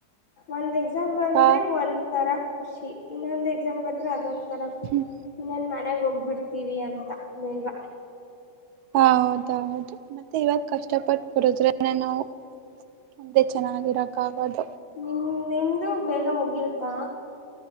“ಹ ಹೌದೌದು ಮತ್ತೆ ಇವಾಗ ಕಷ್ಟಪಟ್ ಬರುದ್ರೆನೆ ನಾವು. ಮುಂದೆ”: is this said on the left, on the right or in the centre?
Right